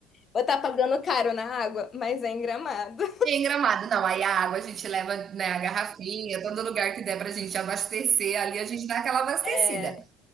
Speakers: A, on the left; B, on the right.
A: vou estar pagando caro na água, mas é em Gramado.
B: Em Gramado, não, aí a água a gente leva, né, a garrafinha, todo lugar que der pra gente abastecer, ali a gente dá aquela abastecida.
A: É.